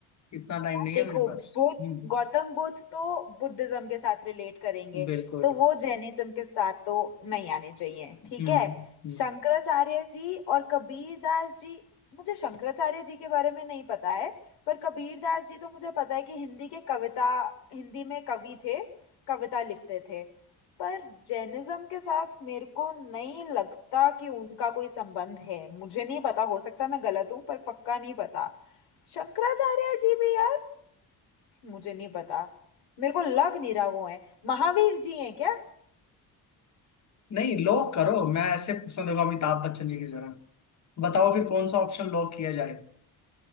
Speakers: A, on the left (about 45°); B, on the left (about 85°).
A: इतना टाइम नहीं
B: देखो
A: है मेरे पास
B: बुद्ध
A: हम्म
B: गौतम बुद्ध तो बुद्धिज्म के साथ रिलेट करेंगे
A: बिल्कुल
B: तो वो जैनिज्म के साथ तो नहीं आने चाहिए ठीक
A: हम्म
B: है
A: हम्म
B: शंकराचार्य जी और कबीर दास जी मुझे शंकराचार्य जी के बारे में नहीं पता है पर कबीर दास जी तो मुझे पता है कि हिंदी के कविता हिंदी में कवि थे कविता लिखते थे पर जैनिज्म के साथ मेरे को नहीं लगता कि उनका कोई संबंध है मुझे नहीं पता हो सकता मैं गलत हूँ पर पक्का नहीं पता शंकराचार्य जी भी यार मुझे नहीं पता मेरे को लग नहीं रहा वो है महावीर जी हैं क्या
A: नहीं लॉक करो मैं ऐसे पूछना देखो अमिताभ बच्चन जी की जरा बताओ फिर कौन सा ऑप्शन लॉक किया जाए